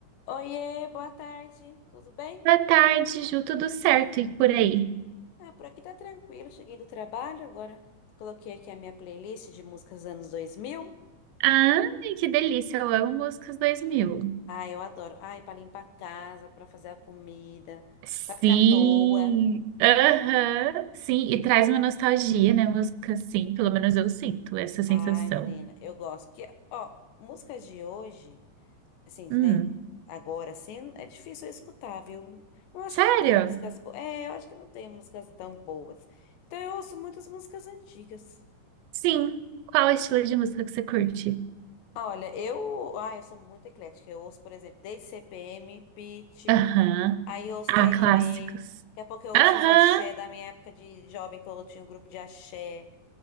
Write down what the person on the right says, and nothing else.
Boa tarde, Ju, tudo certo e por aí?
Ai, que delícia, eu amo músicas 2000.
Sim,
aham, sim, e traz uma nostalgia, né? Música, sim, pelo menos eu sinto essa sensação.
Hum,
sério?
Sim, qual é o estilo de música que você curte?
Aham,
ah,
clássicos.
Aham,